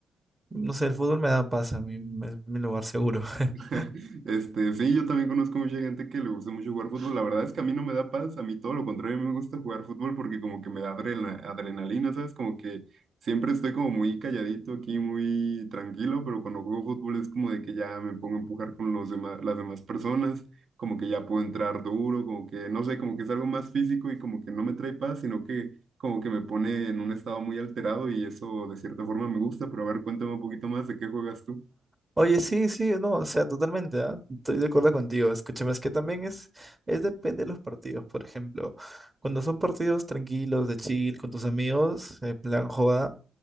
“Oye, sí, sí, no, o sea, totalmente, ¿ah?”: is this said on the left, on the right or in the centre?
Right